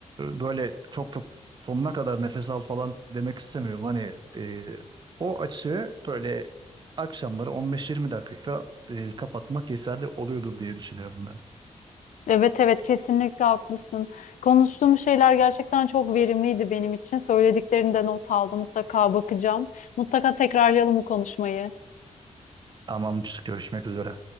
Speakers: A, on the right; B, on the left.
A: böyle çok çok sonuna kadar nefes al falan demek istemiyorum. Hani e, o açığı böyle akşamları 15-20 dakika e, kapatmak yeterli oluyordur diye düşünüyorum ben.
B: Evet evet kesinlikle haklısın. Konuştuğum şeyler gerçekten çok verimliydi benim için. Söylediklerini de not aldım. Mutlaka bakacağım. Mutlaka tekrarlayalım bu konuşmayı.
A: Tamamdır. Görüşmek üzere.